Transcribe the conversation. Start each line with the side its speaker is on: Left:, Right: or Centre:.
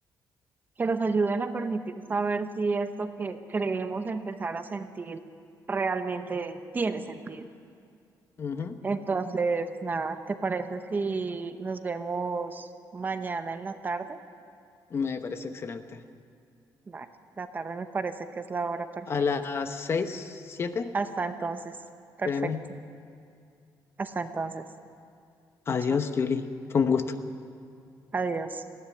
Right: que nos ayuden a permitir saber si esto que creemos empezar a sentir realmente tiene sentido.
Left: Ujú.
Right: Entonces, nada, ¿te parece si nos vemos mañana en la tarde?
Left: Me parece excelente.
Right: Vale, la tarde me parece que es la hora perfecta.
Left: A las 6, 7
Right: Hasta entonces, perfecto.
Left: pm.
Right: Hasta entonces,
Left: Adiós,
Right: chao.
Left: Julie. Fue un gusto.
Right: Adiós.